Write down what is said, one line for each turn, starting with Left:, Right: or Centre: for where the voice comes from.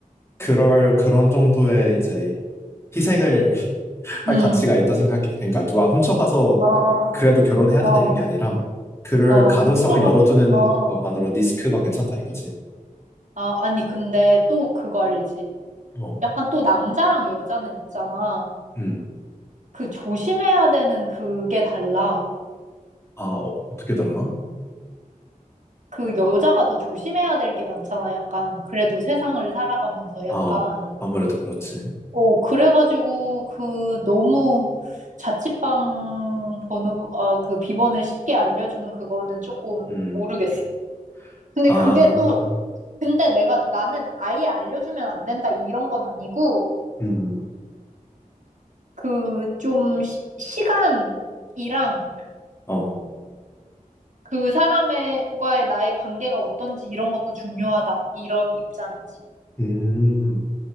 Left: 그럴, 그런 정도의 이제 희생을 할
Right: 음,
Left: 가치가 있다 생각해. 그러니까 누가 훔쳐가서
Right: 아,
Left: 그래도 결혼해야
Right: 어,
Left: 된다 이런 게 아니라 그럴
Right: 어,
Left: 가능성을
Right: 훔쳐가면,
Left: 열어두는
Right: 아,
Left: 것만으로 리스크가 괜찮다 이거지.
Right: 아, 아니, 근데 또 그거 알지?
Left: 어.
Right: 약간 또 남자랑 여자는 있잖아.
Left: 음.
Right: 그 조심해야 되는 그게 달라.
Left: 아, 어, 어떻게 달라?
Right: 그 여자가 더 조심해야 될 게 많잖아, 약간. 그래도 세상을 살아가면서 약간.
Left: 아, 아무래도 그렇지.
Right: 어, 그래가지고, 그, 너무 자취방 번호, 아, 그 비번을 쉽게 알려주는 그거는 조금
Left: 음.
Right: 모르겠어. 근데
Left: 아,
Right: 그게 또, 아, 근데 내가, 나는 아예 알려주면 안 된다, 이런 건 아니고,
Left: 음.
Right: 그, 좀, 시, 시간이랑
Left: 어.
Right: 그 사람과의 나의 관계가 어떤지 이런 것도 중요하다, 이런 입장이지.
Left: 음.